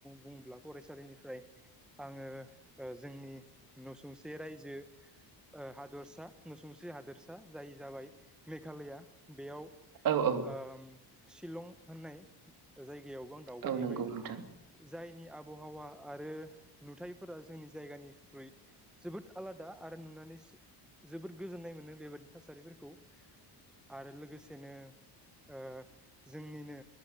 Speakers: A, in the centre; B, on the right.
A: बुङोब्ला फरायसालि निफ्राय आङो जोंनि न' सौसे रायजो ओ हादोरसा नसुंसे हादोरसा जाय जाबाय मेघालया बेयाव ओ
B: औ औ
A: शिलं होननाय जायगा गायावबो आं दावबायहैबाय
B: औ नंगौ नोंथां
A: जायनि आबहावा आरो नुथायफोरा जोंनि जायगानिख्रुइ जोबोद आलादा आरो नुनानै जोबोद गोजोननाय मोनो बेबायादि थासारिफोरखौ आरो लोगोसेनो ओ जोंनिनो